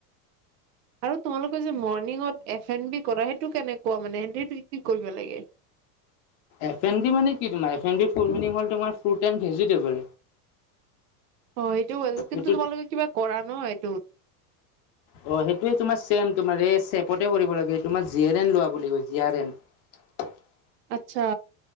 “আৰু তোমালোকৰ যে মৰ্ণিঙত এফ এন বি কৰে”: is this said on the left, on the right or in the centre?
Right